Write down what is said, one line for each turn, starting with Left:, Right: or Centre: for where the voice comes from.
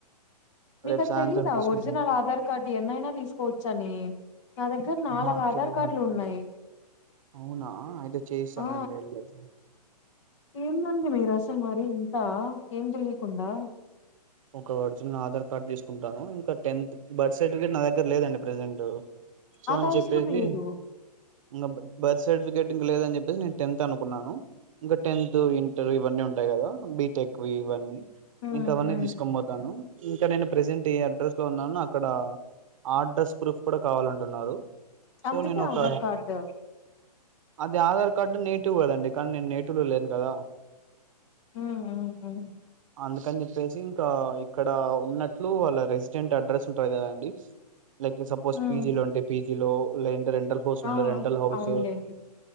Left: మీకు
Right: రేపు
Left: అది
Right: సాయంత్రం
Left: తెలీదా
Right: తీసుకుంటాను
Left: ఒరిజినల్ ఆధార్ కార్డు ఎన్నైనా తీసుకోవచ్చు అని నా దగ్గర నాలుగు
Right: ఆహా
Left: ఆధార్
Right: తెలీదా
Left: కార్డులు ఉన్నాయి
Right: అవునా అయితే చేయిస్తానండి
Left: ఆ
Right: వెళ్ళేసి
Left: ఏందండి మీరు అసలు మరి ఇంత ఏం తెలియకుండా
Right: ఒక ఒరిజినల్ ఆధార్ కార్డ్ తీసుకుంటాను ఇంకా టెన్త్ బర్త్ సర్టిఫికేట్ నా దగ్గర లేదండి ప్రజెంట్ సో
Left: అది
Right: అని
Left: అవసరం
Right: చెప్పేసి
Left: లేదు
Right: ఇంకా బర్త్ సర్టిఫికేట్ ఇంకా లేదని చెప్పసి నేను టెన్త్ అనుకున్నాను ఇంకా టెన్త్ ఇంటర్ ఇవన్నీ ఉంటాయి కదా బీటెక్ ఇవన్నీ
Left: ఉమ్,
Right: ఇంక అవన్నీ
Left: ఉమ్.
Right: తీసు పోతాను ఇంకా నేను ప్రసెంట్ ఎ అడ్రస్ లో ఉన్నాను అక్కడ ఆ అడ్రస్ ప్రూఫ్ కూడా కావాలంటున్నారు సో
Left: అందుకే
Right: నేను ఒక
Left: ఆధార్ కార్డు
Right: అది ఆధార్ కార్డు నేటివ్ కదండి కానీ నేను నేటివ్ లో లేను కదా
Left: ఉమ్ ఉమ్ ఉమ్
Right: అందుకని చెప్పేసి ఇంకా ఇక్కడ ఉన్నట్లు వాళ్ళ రెసిడెంట్ అడ్రస్ ఉంటది కదా అండి లైక్ సపోస్
Left: ఉమ్.
Right: పీజీ లో ఉంటే పీజీ లో లేంట రెంటల్ హౌస్ లో
Left: ఆ
Right: ఉంటే రెంటల్ హౌస్
Left: అవునులేండి